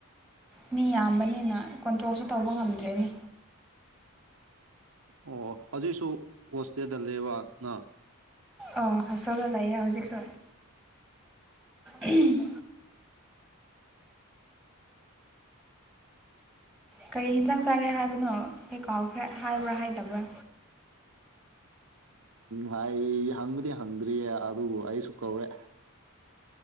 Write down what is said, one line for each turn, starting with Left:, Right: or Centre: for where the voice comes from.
Centre: ꯃꯤ ꯌꯥꯝꯕꯅꯤꯅ ꯀꯣꯟꯇ꯭ꯔꯣꯜꯁꯨ ꯇꯧꯕ ꯉꯝꯗ꯭ꯔꯦꯅꯦ
Right: ꯑꯣ ꯍꯧꯖꯤꯛꯁꯨ ꯍꯣꯁꯇꯦꯜꯗ ꯂꯩꯑꯕ ꯅꯪ
Centre: ꯑ ꯍꯣꯁꯇꯦꯜꯗ ꯂꯌꯦ ꯍꯧꯖꯤꯛꯁꯨ
Right: ꯎꯝ
Centre: ꯎꯝ ꯀꯔꯤ ꯍꯤꯟꯖꯥꯡ ꯆꯥꯔꯦ ꯍꯥꯏꯕꯅꯣ ꯑꯩ ꯀꯥꯎꯈ꯭ꯔꯦ ꯍꯥꯏꯕ꯭ꯔꯥ ꯍꯥꯏꯗꯕ꯭ꯔꯥ
Right: ꯍꯥꯏ ꯍꯪꯕꯨꯗꯤ ꯍꯪꯗ꯭ꯔꯤꯌꯦ ꯑꯗꯨꯕꯨ ꯑꯩꯁꯨ ꯀꯧꯔꯦ